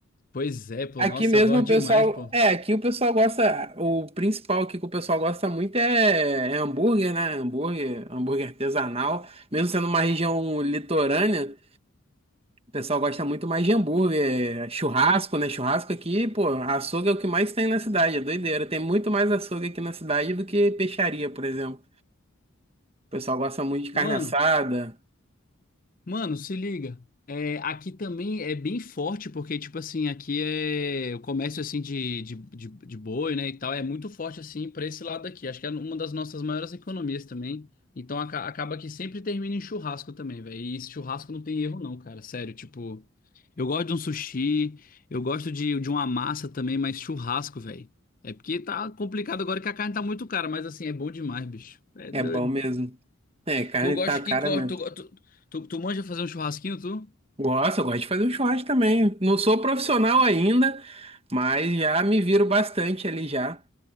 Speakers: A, on the left; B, on the right.
A: pois é, pô.
B: Aqui
A: Nossa,
B: mesmo
A: eu gosto
B: o pessoal.
A: demais, pô.
B: É, aqui o pessoal gosta. O principal aqui que o pessoal gosta muito é, é hambúrguer, né? Hambúrguer, hambúrguer artesanal. Mesmo sendo uma região litorânea. O pessoal gosta muito mais de hambúrguer, é, churrasco, né? Churrasco aqui, pô, açougue é o que mais tem na cidade, é doideira. Tem muito mais açougue aqui na cidade do que peixaria, por exemplo. O pessoal gosta muito de carne
A: Mano.
B: assada,
A: Mano, se liga. É, aqui também é bem forte, porque, tipo assim, aqui é o comércio, assim, de, de, de, de boi, né, e tal, é muito forte, assim, pra esse lado aqui. Acho que é uma das nossas maiores economias também. Então, aca- acaba que sempre termina em churrasco também, velho. E esse churrasco não tem erro, não, cara. Sério, tipo, eu gosto de um sushi, eu gosto de, de uma massa também, mas churrasco, velho. É porque tá complicado agora que a carne tá muito cara, mas, assim, é bom demais, bicho. É doido.
B: é bom mesmo. É, carne
A: Tu gosta
B: tá
A: de
B: cara
A: que corte,
B: mesmo.
A: tu, tu, tu, tu manja fazer um churrasquinho, tu?
B: Gosto, eu gosto de fazer um churrasco também. Não sou profissional ainda, mas já me viro bastante ali já.